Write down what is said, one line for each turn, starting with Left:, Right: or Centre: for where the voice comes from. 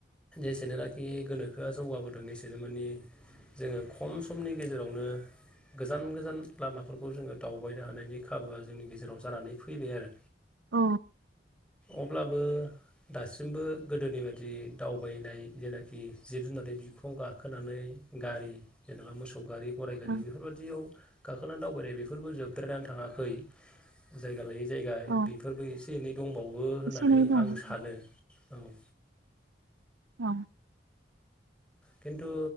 Centre: एसेनोनाखि गोनोखोआ जौगाबोदों एसेनो माने जोङो खम समनि गेजेरावनो गोजान गोजान लामाफोरखौ जोङो दावबाय फानो हानायनि खाबुआ जोंनि गेजेराव जानानै फैबाय आरो
Right: औ
Centre: अब्लाबो दासिमबो गोदोनि बायदि बि दावबायनाय जेनाखि जिब जुनारनि बिखुङाव गाखोनानै गारि जेनेबा मोसौ गारि गरायगारि
Right: औ
Centre: बेफोरबायदियाव गाखोनानै दावबायनाय बेफोरबो जोबद्रायनानै थाङाखै जायगा लायै जायगा
Right: औ
Centre: बेफोरबो एसे एनै दंबावो होननानै
Right: एसे एनै दं
Centre: आं सानो <unintelligible>
Right: औ
Centre: खिन्थु